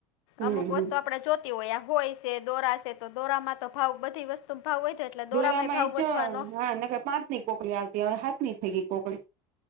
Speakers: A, on the right; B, on the left.
A: હમ
B: અમુક વસ્તુ આપડે જોતી હોય હોય છે, દોરા છે તો દોરામાં તો ભાવ બધી વસ્તુ ભાવ વયધો એટલે
A: દોરામાં
B: દોરામાંય ભાવ
A: એ જ
B: વધવાનો.
A: હા નકર પાંચ ની કોકડી આવતી હવે હાથ ની થઈ ગઈ કોકડી.